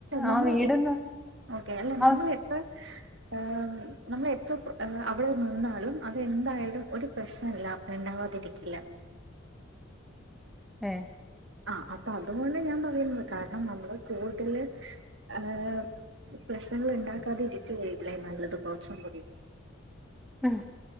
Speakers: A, on the right; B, in the centre.
A: നമ്മൾ
B: ആ വീട്ന്ന്
A: ഓക്കെ അല്ല
B: ആ
A: നമ്മള് ഇത്ര ആം നമ്മള് എത്ര ഏഹ് അവിടെ നിന്നാലും അത് എന്തായാലും ഒരു പ്രശ്നല്ല. ഇണ്ടാവാതിരിക്കില്ല.
B: ഏഹ്
A: ആഹ് അപ്പ അതുകൊണ്ട് ഞാൻ പറയുന്ന് കാരണം നമ്മള് കൂടുതല് ഏഹ് പ്രശ്നങ്ങള് ഇണ്ടാക്കാതെ ഇരിക്കുകയല്ലേ നല്ലത് കൊറച്ചും കൂടി.
B: ആഹ്